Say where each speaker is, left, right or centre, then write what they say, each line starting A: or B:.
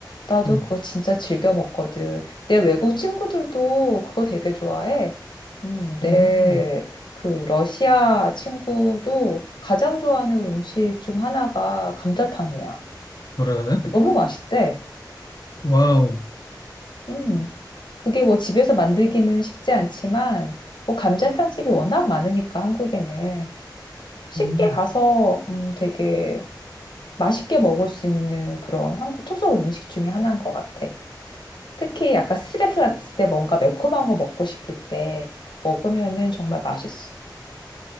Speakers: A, on the left; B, on the left.
A: 나도
B: 음,
A: 그거 진짜 즐겨 먹거든. 내 외국 친구들도 그거 되게 좋아해. 음, 내
B: 음,
A: 그 러시아 친구도 가장 좋아하는 음식 중 하나가 감자탕이야.
B: 뭐라 해야 돼?
A: 너무 맛있대.
B: 와우.
A: 음, 그게 뭐 집에서 만들기는 쉽지 않지만, 뭐 감자탕집이 워낙 많으니까 한국에는 쉽게
B: 음.
A: 가서 음, 되게 맛있게 먹을 수 있는 그런 한국 토속 음식 중에 하나인 것 같아. 특히 약간 스트레스 받았을 때 뭔가 매콤한 거 먹고 싶을 때 먹으면은 정말 맛있어.